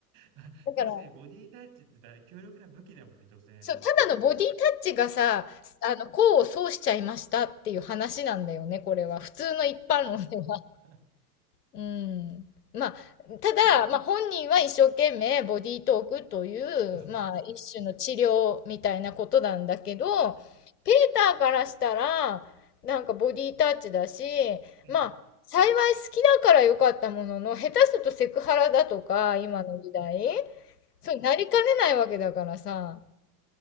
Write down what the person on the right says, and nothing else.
まあ、
確かにボディタッチってさ、強力な武器だもんね、女性の。
<laughs>
そうそう。
うん。